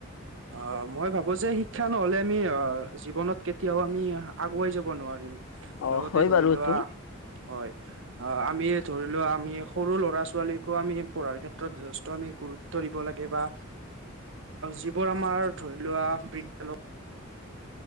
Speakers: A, on the right; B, on the left.
A: অ' মই ভাবো যে শিক্ষা নহলে আমি অ', জীৱনত কেতিয়াও আমি আগুৱাই যাব নোৱাৰিম।
B: অ'
A: লগতে
B: হয়
A: ধৰি
B: বাৰু এইটো
A: লোৱা হয়। অ' আমি ধৰি লোৱা আমি সৰু ল'ৰা-ছোৱালীকো আমি পঢ়াৰ ক্ষেত্ৰত যথেষ্ট আমি গুৰুত ত্ব দিব লাগে বা যিবোৰ আমাৰ ধৰি লোৱা বৃদ্ধ